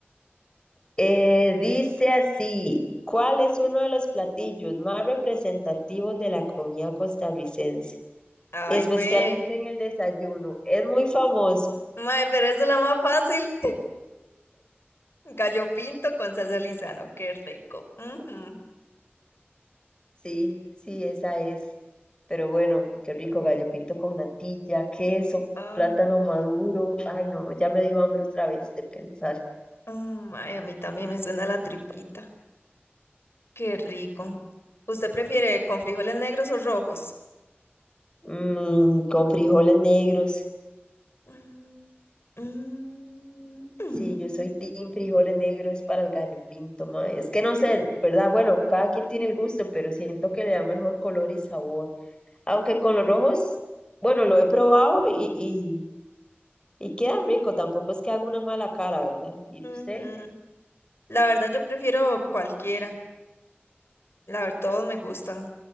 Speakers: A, on the left; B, on the left.
A: Eh, dice así, ¿cuál es uno de los platillos más representativos de la comida costarricense?
B: Ay,
A: Especialmente
B: güey.
A: en el desayuno. Es muy famoso.
B: Mae, pero eso es la más fácil. <laughs> Gallo pinto con salsa Lizano, qué rico. Ujú.
A: Sí, sí, esa es. Pero bueno, qué rico gallo pinto con natilla, queso,
B: Ah,
A: plátano maduro. Ay, no, ya me dio hambre otra vez de pensar.
B: mm, ay, a mí también me suena la tripita, qué rico. ¿Usted prefiere con frijoles negros o rojos?
A: Mm, con frijoles negros.
B: Mm, mm, mm,
A: Sí, yo soy team frijoles negros para el gallo pinto, ma. Es que no sé, ¿verdad? Bueno, cada quien tiene el gusto, pero siento que le da mejor color y sabor. Aunque con los rojos, bueno, lo he probado y, y, y quedan rico. Tampoco es que haga una mala cara, ¿verdad? ¿Y
B: mm,
A: usted?
B: ujú. La verdad yo prefiero cualquiera. La verdad, todos me gustan,